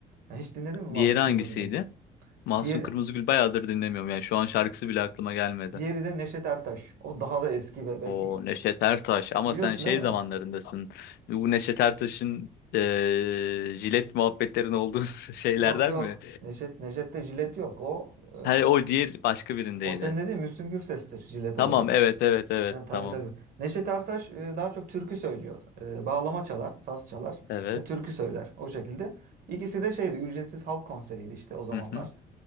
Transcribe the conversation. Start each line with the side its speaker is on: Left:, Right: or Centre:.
Right: Yani hiç dinledin mi Mahsun
Left: Diğeri hangisiydi?
Right: Kırmızıgül?
Left: Mahsun
Right: Diğeri,
Left: Kırmızıgül bayağıdır dinlemiyorum. Yani şu an şarkısı bile aklıma gelmedi.
Right: diğeri de Neşet Ertaş. O daha da eski ve belki
Left: O Neşet Ertaş ama
Right: biliyorsun
Left: sen şey
Right: değil mi?
Left: zamanlarındasın. Bu Neşet Ertaş'ın eee jilet muhabbetlerin olduğu <laughs> şeylerden
Right: Yok yok
Left: mi?
Right: Neşet, Neşet'te jilet yok. O, e,
Left: Hayır o diğer başka birindeydi.
Right: o senin dediğin Müslüm Gürses'tir jilet olayı.
Left: Tamam evet evet evet
Right: Yani tabii
Left: tamam.
Right: tabii. Neşet Ertaş e, daha çok türkü söylüyor. E, Bağlama çalar, saz çalar
Left: Evet.
Right: ve türkü söyler. O şekilde. İkisi de şeydi, ücretsiz halk konseriydi işte o zamanlar.
Left: Hı hı.